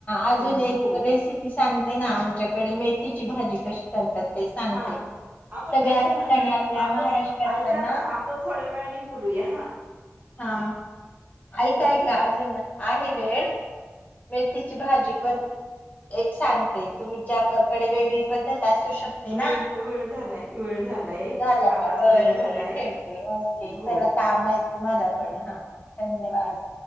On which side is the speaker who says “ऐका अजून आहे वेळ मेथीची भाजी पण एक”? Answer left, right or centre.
Left